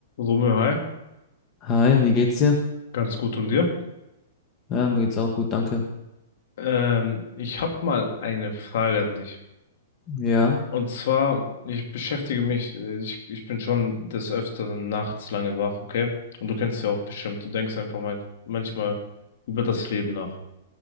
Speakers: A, on the left; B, on the left.
A: Romeo, hi,
B: Hi, wie geht's dir?
A: ganz gut und dir?
B: Ja, mir geht's auch gut, danke.
A: Ähm, ich habe mal eine Frage an dich.
B: Ja,
A: Und zwar, ich beschäftige mich, äh, ich, ich bin schon des Öfteren nachts lange wach, okay? Und du kennst ja auch bestimmt, du denkst einfach mal manchmal über das Leben nach.